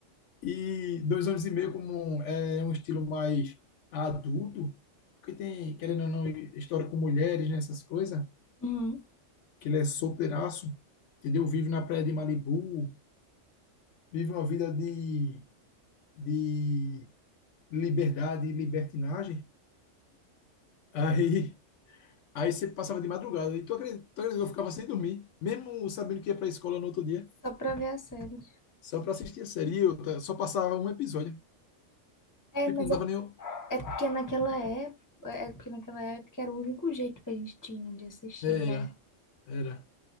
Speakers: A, on the left; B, on the left.
A: E dois anos e meio como é um estilo mais adulto, porque tem, querendo ou não, história com mulheres, nessas coisas,
B: Uhum.
A: que ele é solteiraço, entendeu? Vive na praia de Malibu, vive uma vida de, de liberdade e libertinagem. Aí, aí você passava de madrugada, e tu acredita, tu acredita que eu ficava sem dormir, mesmo sabendo que ia pra escola no outro dia,
B: Só pra ver a série.
A: só pra assistir a série, e eu ta- só passava um episódio.
B: É,
A: Tipo,
B: mas
A: não
B: é,
A: dava nem...
B: é porque naquela época, é porque naquela época era o único jeito que a gente tinha de assistir,
A: Era,
B: né?
A: era.